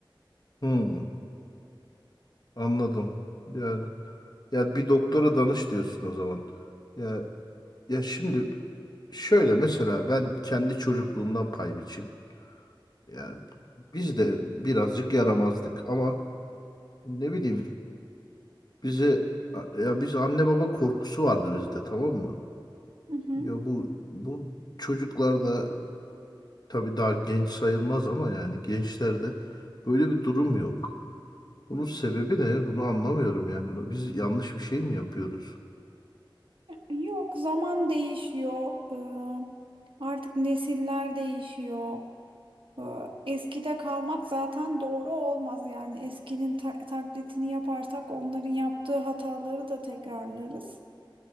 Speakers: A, on the left; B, on the right.
A: hmm, anladım. Yani ya bir doktora danış diyorsun o zaman. Ya ya şimdi şöyle mesela ben kendi çocukluğumdan pay biçeyim. Yani biz de birazcık yaramazdık ama ne bileyim Bize ya biz anne baba korkusu vardı bizde tamam mı?
B: Hı hı.
A: Ya bu bu çocuklarda tabii daha genç sayılmaz ama yani gençlerde böyle bir durum yok. Bunun sebebi ne? Bunu anlamıyorum yani. Biz yanlış bir şey mi yapıyoruz?
B: Yok, zaman değişiyor. E, artık nesiller değişiyor. E, Eskide kalmak zaten doğru olmaz yani eskinin ta- taklidini yaparsak onların yaptığı hataları da tekrarlarız.